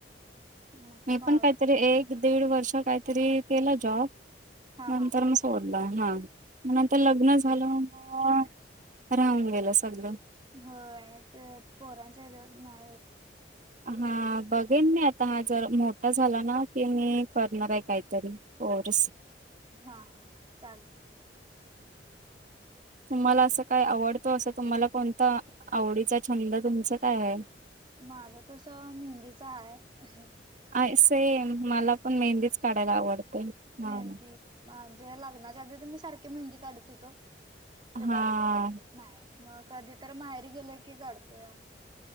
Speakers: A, on the right (about 25°); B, on the right (about 45°).
A: मग
B: मी
A: तर माग
B: पण काहीतरी एक दीड वर्ष काहीतरी केलं जॉब
A: हा
B: नंतर
A: हा
B: म सोड हा म नंतर लग्न झालं मग राहून गेलं सगळ
A: होय ते पोरांच्या यांच्यात नाही होत.
B: हा बघेन मी आता हा जर मोठा झालाना की मी करणार आहे काहीतरी कोर्स.
A: हा हा चालते.
B: तुम्हाला असं काय आवडतो असं तुम्हाला कोणता आवडीचा छंद तुमचा काय आहे
A: माझं तस मेहंदीचा आहेा
B: अ सेम मला पण मेहंदीच काढायला आवडते ह
A: मेहंदी म्हणजे लग्नाच्या आधी तर मी सारखे मेहंदी काढत होतो तेच्या
B: हा
A: नाही मग कधी तर माहेर गेलं की काढतो या